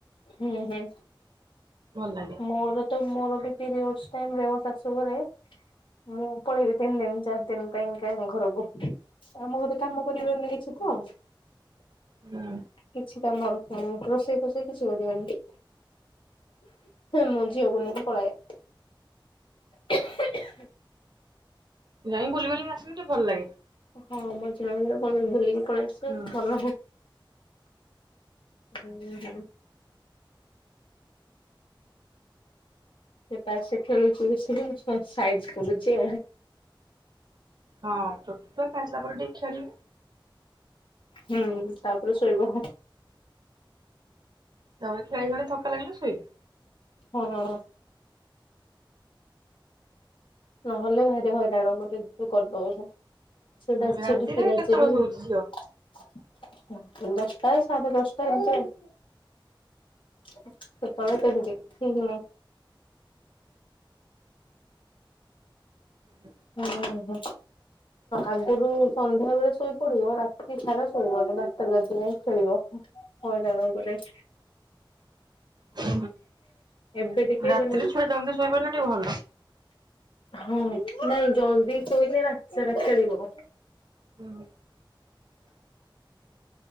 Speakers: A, on the left; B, on the right.
A: ହୁଁ ହୁଁ।
B: ଭଲ ଲାଗେ।
A: ମୋର ତ ମୋର ବି ପିରିୟଡ଼ ଟାଇମ୍ ମୋ ଶାଶୁଘରେ। ମୁଁ ପଳେଇବି ତିନି ଦିନ ଚାରି ଦିନ ପାଇଁ ଘରକୁ। ଆମ ଘରେ କାମ କରିପାରୁନି କିଛି ତ।
B: ହ <inaudible> ହୁଁ।
A: କିଛିଟା ମର ରୋଷେଇ ଫୁଷେଇ କିଛି କରିବନି। ମୁ ଝିଅକୁ ନେଇକି ପଳାଏ। <inaudible>
B: ଯାଇଁ ବୁଲି ବୁଲିି ଆସିଲେ ଟିକେ ଭଲ ଲାଗେ।
A: ହଁ ମଝିରେ ମଝିରେ ପଲେଇକି ବୁଲିକି ପଳେଇ ଆସିବେ
B: ହୁଁ
A: ଭଲ ହୁଁ ହୁଁ। ସେ ତାର ସେ ଖେଳୁଛି ସାଇଜ କରୁଛି।
B: ହଁ ଛୋଟ ଛୁଆ ଖାଇ ସାରିଲା ପରେ ଟିକେ ଖେଳିବେ।
A: ହୁଁ ତାପରେ ଶୋଇବ।
B: ତଳେ ଖେଳି ଖେଳି ଥକା ଲାଗିଲା ଶୋଇବ।
A: ହଁ। ନହେଲେ ଭାଇରେ ହଇରାଣଙ୍କ ଟ କରିଦଉଛ <inaudible>
B: ଶୋଇବେ।
A: ଛେଡ଼କ
B: ରାତିରେ
A: ଛେଡି ଫିରାଛି
B: କେତେବେଳେ
A: ର <unintelligible>
B: ଶୋଉଛି ଝିଅ?
A: ଦଶଟା ସାଢ଼େ ଦଶଟା ଏମିତି ଆଉ। କେତେବେଳେ କେମିତି ଠିକ ନାଇଁ।
B: ହୁଁ <inaudible>
A: ହୁଁ। ଆଗରୁ ସନ୍ଧ୍ୟା ବେଳେ ଶୋଇପଡ଼ିବ ରାତି ସାରା ଶୋଇବନି ବାରଟା ରାତି ଯାଏଁ ଖେଳିବ। ହଇରାଣ ଗୋଟେ
B: ହୁଁ
A: ଏବେ ଟିକେ
B: ରାତିରେ
A: ମାନେ
B: ଛୁଆ ଜଲଦି ଶୋଇ ପଡ଼ିଲେ ଟିକେ ଭଲ
A: ହଁ ନାଇଁ ଜଲଦି ଶୋଇଲେ ରାତି ସାରା ଖେଳିବ
B: ହୁଁ <inaudible>